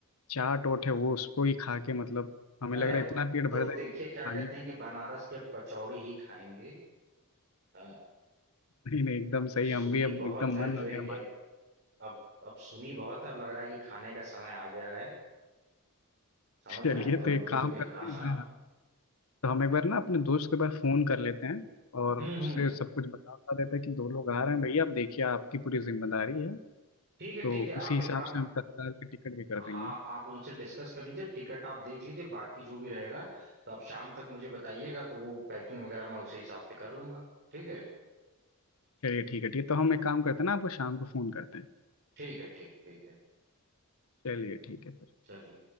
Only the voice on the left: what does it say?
चाट ओट है वो उसको ही खा के मतलब हमें
लग रहा
है इतना पेट
भर जाएगा
खाने
नहीं नहीं एकदम सही
हम भी अब
एकदम
मन
हो
गया
हमारा
<laughs> चलिए
तो
एक
काम
करते
हैं हाँ, तो हम एक बार ना अपने दोस्त को एक बार फोन कर लेते हैं और
उससे
सब कुछ बता बता देते हैं कि दो लोग आ रहे हैं भैया आप देखिए आपकी पूरी जिम्मेदारी है
तो
उसी
हिसाब
से हम तत्काल की टिकट भी कर
देंगे
चलिए ठीक है ठीक है तो हम एक काम करते हैं ना आपको शाम को फोन करते हैं
चलिए ठीक है फिर